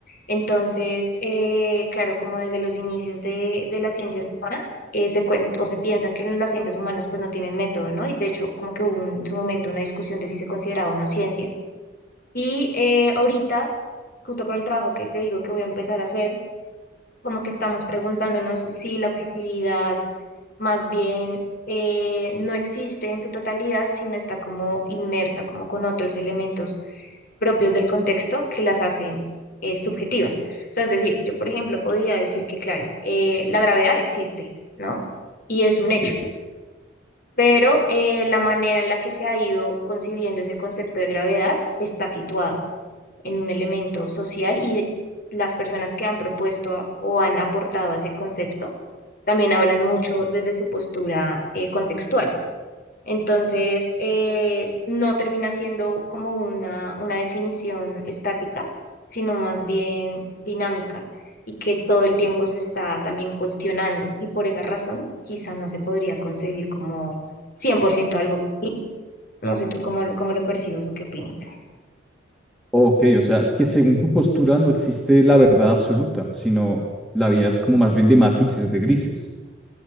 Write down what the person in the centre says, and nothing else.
Sí.
Ok, o sea, que según tu postura no existe la verdad absoluta, sino la vida es como más bien de matices, de grises.